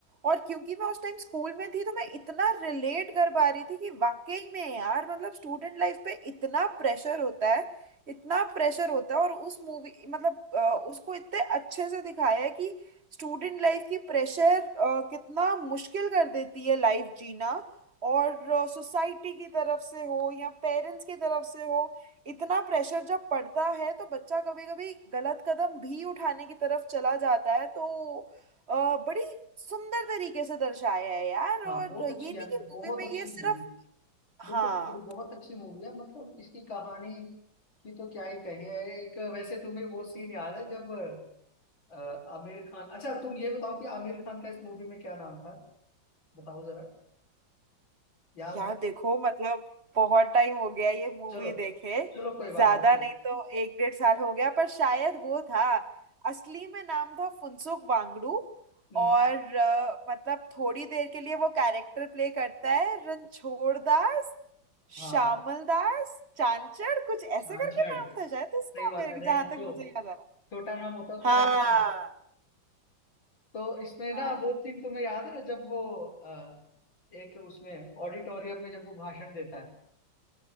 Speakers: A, on the right; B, on the left.
A: और क्योंकि मैं उस टाइम स्कूल में थी तो मैं इतना रिलेट कर पा रही थी कि वाकई में यार मतलब स्टूडेंट लाइफ पे इतना प्रेशर होता है इतना प्रेशर होता है और उस मूवी मतलब अ, उसको इतने अच्छे से दिखाया है कि स्टूडेंट लाइफ की प्रेशर uh, कितना मुश्किल कर देती है लाइफ जीना और सोसाइटी uh, की तरफ से हो या पेरेंट्स की तरफ से हो इतना प्रेशर जब पड़ता है तो बच्चा कभी कभी गलत कदम भी उठाने की तरफ चला जाता है तो अ, बड़ी सुंदर तरीके से दर्शाया है यार
B: हाँ
A: और
B: बहुत
A: ये
B: अच्छी
A: नहीं
B: यार
A: कि
B: बहुत
A: मूवी में
B: अच्छी
A: ये सिर्फ
B: मूवी बिल्कुल
A: हाँ
B: ये तो बहुत अच्छी मूवी है मतलब इसकी कहानी की तो क्या ही कहे एक वैसे तुम्हें वो सीन याद है जब अ, आमिर खान अच्छा तुम ये बताओ कि आमिर खान का इस मूवी में क्या नाम था बताओ जरा याद
A: यार
B: है
A: देखो मतलब बहुत टाइम हो गया ये मूवी
B: चलो
A: देखे
B: चलो कोई बात
A: ज्यादा
B: नहीं ठीक।
A: नहीं तो एक डेढ़ साल हो गया पर शायद वो था असली में नाम था फुनसुक वांगडू
B: हम्म
A: और अ, मतलब थोड़ी देर के लिए वो कैरेक्टर प्ले करता है रणछोड़ दास
B: हाँ
A: श्यामल दास चांचड़ कुछ ऐसे
B: छाछड़
A: करके नाम था शायद
B: सही
A: इसका
B: बात
A: मेरे
B: है रैंचो
A: जहां तक मुझे याद आ रहा
B: छोटा नाम होता है उसका
A: हाँ
B: रैंचो तो इसमें ना
A: हाँ
B: वो सीन तुम्हें याद है जब वो अ, एक उसमें ऑडिटोरियम में जब वो भाषण देता है